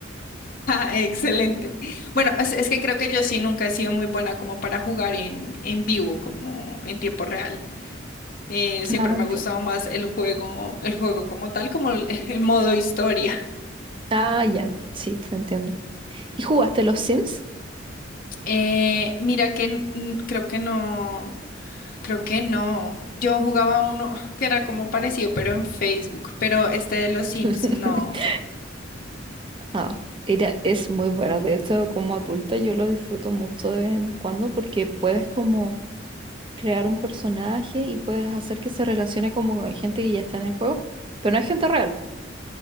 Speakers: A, on the left; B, on the right.
A: <laughs> Ah, excelente. Bueno, es, es que creo que yo sí nunca he sido muy buena como para jugar en, en vivo, como en tiempo real. Eh, siempre
B: Ah,
A: me
B: entiendo.
A: ha gustado más el juego, el juego como tal, como el, <laughs> el modo historia.
B: Ah, ya, sí, te entiendo. ¿Y jugaste los Sims?
A: Eh, mira que n- n- creo que no, creo que no. Yo jugaba uno <laughs> que era como parecido, pero en Facebook, pero este de los Sims
B: <laughs>
A: no.
B: Ah, era, es muy buena. De hecho, como adulta yo lo disfruto mucho de vez en cuando porque puedes como crear un personaje y puedes hacer que se relacione como con gente que ya está en el juego, pero no es gente real.